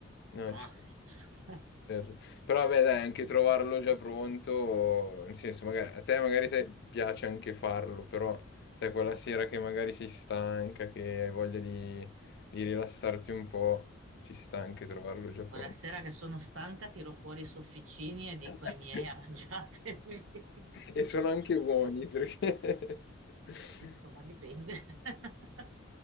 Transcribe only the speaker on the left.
No,
c'è.
Certo. Però vabbè, dai, anche trovarlo già pronto, nel senso, magari, a te magari te piace anche farlo, però sai, quella sera che magari sei stanca, che hai voglia di, di rilassarti un po', ci sta anche trovarlo già
pronto.
<laughs>
E sono anche buoni perché... <laughs>